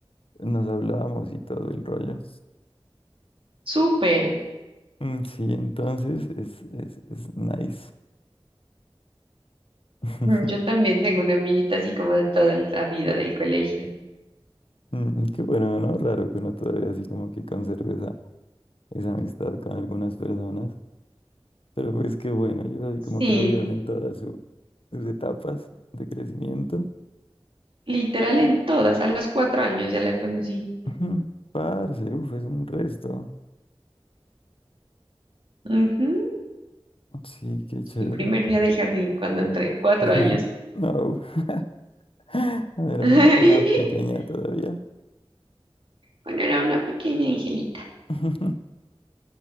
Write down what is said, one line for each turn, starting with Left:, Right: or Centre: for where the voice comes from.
Left: nos hablábamos y todo el rollo.
Right: súper.
Left: Mm, Sí, entonces es, es, es nice. <laughs>
Right: Mm, Yo también tengo una amiguita así como de toda la vida del colegio.
Left: Mm, Qué bueno, ¿no? Raro que uno todavía así como que conserve esa, esa amistad con algunas personas. Pero pues qué bueno, ellos así
Right: Sí,
Left: como que lo vieron en todas su- sus etapas de crecimiento.
Right: literal en todas. A los cuatro años ya la conocí.
Left: Ujú, Parce, uf, es un resto.
Right: Ujú,
Left: Sí, qué chévere.
Right: El primer día del jardín cuando entré, cuatro
Left: <laughs>
Right: años.
Left: No, <laughs> cuando eras
Right: <laughs>
Left: una, una pequeña todavía.
Right: Bueno, era una pequeña angelita.
Left: <laughs>